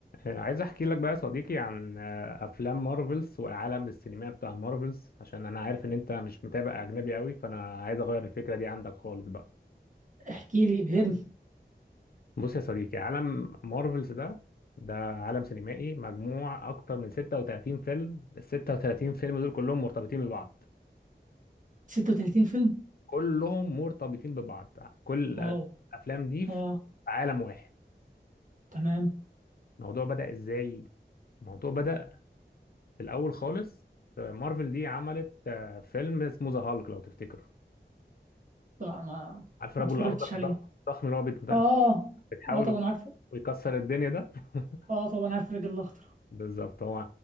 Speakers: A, on the left (about 55°); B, on the right (about 45°).
A: آه، عايز احكي لك بقى يا صديقي عن آه، افلام مارفلز والعالم السينمائي بتاع مارفلز عشان انا عارف ان انت مش متابع اجنبي قوي فانا عايز اغير الفكره دي عندك خالص بقى
B: احكي لي ابهرني
A: بص يا صديقي عالم مارفلز ده ده عالم سينمائي مجموع اكتر من 36 فيلم ال 36 فيلم دول كلهم مرتبطين ببعض
B: 36 فيلم
A: كلهم مرتبطين ببعض كل
B: واو
A: الافلام دي في
B: اه
A: عالم واحد
B: تمام
A: الموضوع بدأ ازاي الموضوع بدأ في الاول خالص آه، مارفل دي عملت آه، فيلم اسمه ذا هالك لو تفتكر
B: لا ما
A: عارف
B: ما
A: الرجل
B: اتفرجتش
A: الاخضر الضخم
B: عليه
A: الضخم اللي هو بيت-
B: اه
A: بتحاول
B: اه طبعا عارف
A: ويكسر الدنيا ده <laughs>
B: اه طبعا عارف الراجل الاخضر
A: بالظبط هو